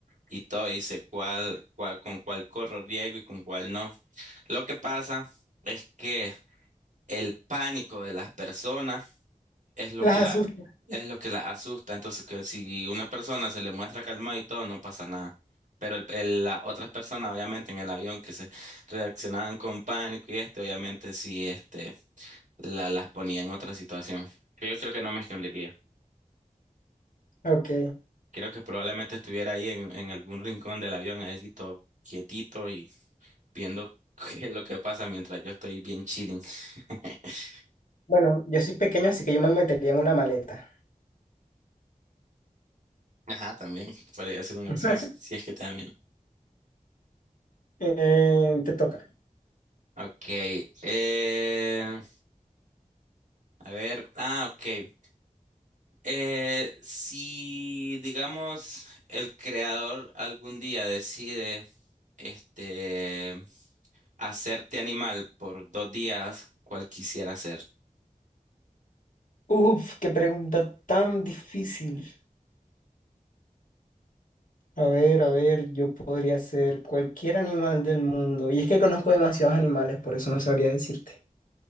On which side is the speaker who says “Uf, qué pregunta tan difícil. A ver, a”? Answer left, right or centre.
Left